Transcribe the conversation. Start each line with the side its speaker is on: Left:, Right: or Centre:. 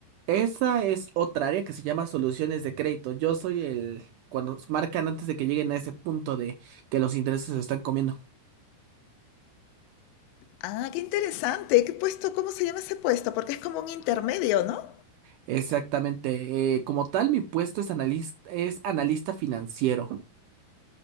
Right: esa es otra área que se llama soluciones de crédito. Yo soy el, cuando s- marcan antes de que lleguen a ese punto de que los intereses se están comiendo.
Left: Ah, qué interesante. ¿Qué puesto? ¿Cómo se llama ese puesto? Porque es como un intermedio, ¿no?
Right: Exactamente. eh, como tal, mi puesto es analista, es analista financiero.